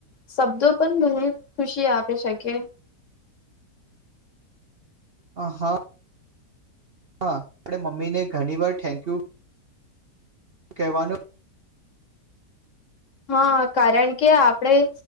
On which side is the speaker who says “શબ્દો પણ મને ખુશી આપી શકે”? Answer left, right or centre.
Left